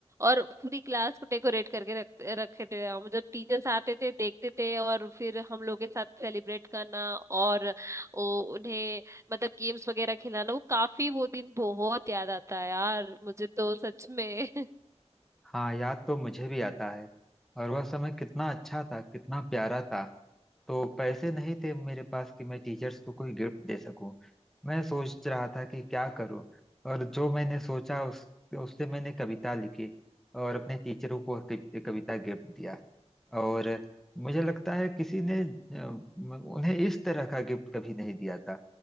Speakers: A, on the right; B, in the centre.
A: और पूरी क्लास को डेकोरेट करके रख रखे थे हम जब टीचर्स आते थे देखते थे और फिर हम लोग के साथ सेलिब्रेट करना और वो उन्हें मतलब गेम्स वगैरह खिलाना वो काफी वो दिन बहुत याद आता है यार मुझे तो सच में
B: हाँ याद तो मुझे भी आता है और वह समय कितना अच्छा था कितना प्यारा था तो पैसे नहीं थे मेरे पास कि मैं टीचर्स को कोई गिफ्ट दे सकूं मैं सोच रहा था कि क्या करूं और जो मैंने सोचा उस उससे मैंने कविता लिखी और अपने टीचरों को कवि- कविता गिफ्ट दिया और मुझे लगता है किसी ने अ, उन्हें इस तरह का गिफ्ट कभी नहीं दिया था